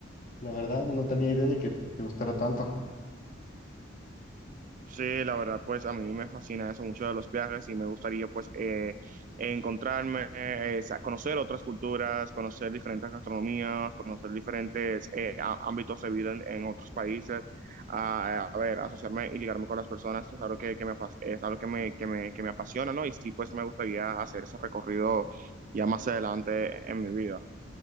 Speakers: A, on the left; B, on the right.
A: La verdad, no tenía idea de que te gustara tanto.
B: Sí, la verdad, pues a mí me fascina eso mucho de los viajes y me gustaría pues eh, encontrarme, eh, sa- conocer otras culturas, conocer diferentes gastronomías, conocer diferentes eh, á- ámbitos de vida en, en otros países, a, a ver, asociarme y ligarme con las personas es algo que, que me, fas- es algo que me, que me, que me apasiona, ¿no? Y sí, pues me gustaría hacer ese recorrido ya más adelante en mi vida.